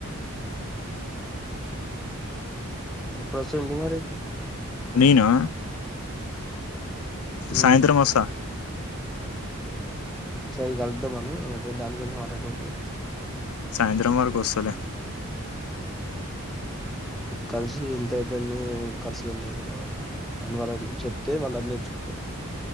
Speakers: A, in the centre; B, on the left.
A: ఎప్పుడు వస్తుంది మరి
B: నేనా
A: ఉమ్
B: సాయంత్రం వస్తా
A: సరే గ ఉండమను నేను దాని గురించి మాట్లాడనీకె
B: సాయంత్రం వరకు వస్తలే
A: కలిసి ఎంతైతేంది కర్సులు ఎంతైతనయో అని వాళ్ళ చెప్తే వాళ్ళు అన్ని తెేర్చ్చుకుంటున్నారు